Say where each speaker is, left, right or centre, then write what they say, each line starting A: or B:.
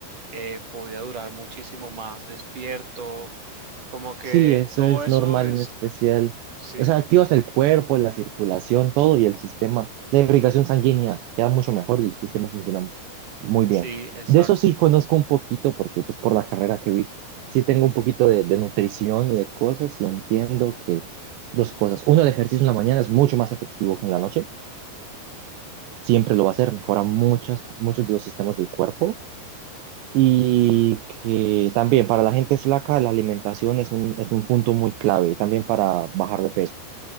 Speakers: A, on the right (about 45°); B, on the right (about 85°).
A: eh, podía durar muchísimo más despierto, como que
B: Sí, eso
A: todo
B: es
A: eso
B: normal
A: es,
B: en especial.
A: sí.
B: O sea, activas el cuerpo, la circulación, todo y el sistema. La irrigación sanguínea queda mucho mejor y el sistema funciona muy
A: Sí,
B: bien.
A: exacto.
B: De eso sí conozco un poquito porque pues por la carrera que vi, sí tengo un poquito de, de nutrición y de cosas y entiendo que dos cosas. Uno, el ejercicio en la mañana es mucho más efectivo que en la noche. Siempre lo va a ser, mejora muchas, muchos de los sistemas del cuerpo. Y que también para la gente flaca la alimentación es un, es un punto muy clave, y también para bajar de peso.